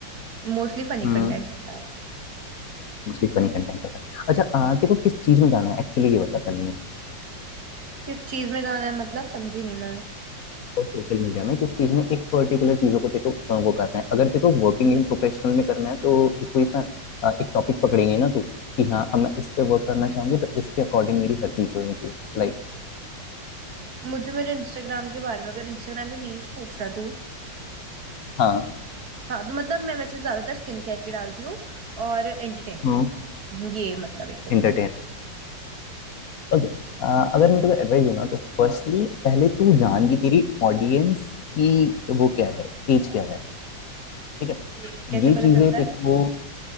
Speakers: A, on the right (about 55°); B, on the left (about 60°).
A: मोस्टली फनी
B: हम्म
A: कंटेंट होता है
B: मोस्टली फनी कंटेंट होता है अच्छा आ, तेरे को किस चीज में जाना है एक्चुअली ये बता पहले
A: किस चीज में जाना है मतलब समझी नहीं मैं
B: तो सोशल मीडिया में किस चीज में एक पर्टिकुलर चीजों को तेको अ, वो करना है अगर तेको वर्किंग इन प्रोफेशनल में करना है तो एक कोई सा अ, एक टॉपिक पकड़ेंगे ना तू कि हाँ अब मैं इस पे वर्क करना चाहूंगी तो इसके अकॉर्डिंग मेरी हर चीज होनी चाहिए लाइक
A: मुझे मेरे इंस्टाग्राम के बारे में अगर इंस्टाग्राम की नीश पूछ रहा तू
B: हाँ
A: हाँ तो मतलब मैं वैसे ज्यादातर स्किन केयर की डालती हूँ और एंटरटेनमेंट
B: हम्म
A: ये मतलब एक तरीके
B: एंटरटेन
A: से
B: ओके अगर मैं तुम्हें एडवाइस दूँ ना तो फर्स्टली पहले तू जान कि तेरी ऑडियंस की वो क्या है एज क्या है ठीक है
A: ये कैसे
B: ये
A: पता
B: चीजें
A: चलता
B: देखो
A: है